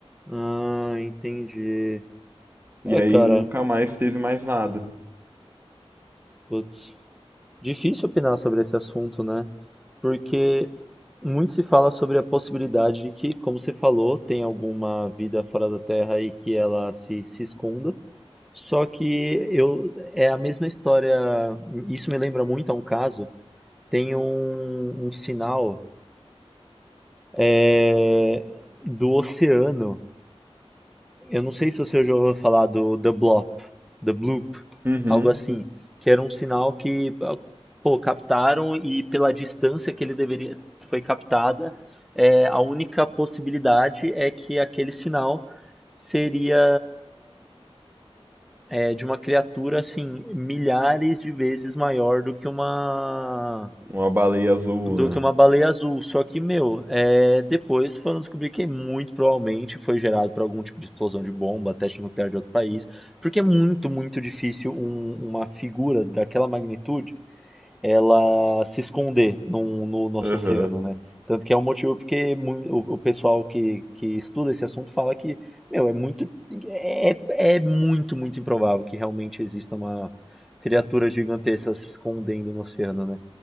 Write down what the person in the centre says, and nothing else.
Ah, entendi.
É,
cara,
putz. Difícil opinar sobre esse assunto, né? Porque muito se fala sobre a possibilidade de que, como você falou, tem alguma vida fora da Terra e que ela se, se esconda. Só que eu é a mesma história. Isso me lembra muito a um caso. Tem um, um sinal é, do oceano Eu não sei se você já ouviu falar do The Bloop, The Bloop,
algo assim, que era um sinal que, ah, pô, captaram e pela distância que ele deveria foi captada, é, a única possibilidade é que aquele sinal seria é, de uma criatura assim milhares de vezes maior do que uma
do
que uma baleia azul. Só que, meu, é, depois foram descobrir que muito provavelmente foi gerado por algum tipo de explosão de bomba, teste nuclear de outro país, porque é muito, muito difícil um- uma figura daquela magnitude ela se esconder num- no nosso
oceano, né? Tanto que é um motivo porque mui- o, o pessoal que, que estuda esse assunto fala que, meu, é muito, é, é muito, muito improvável que realmente exista uma criatura gigantesca se escondendo no oceano, né?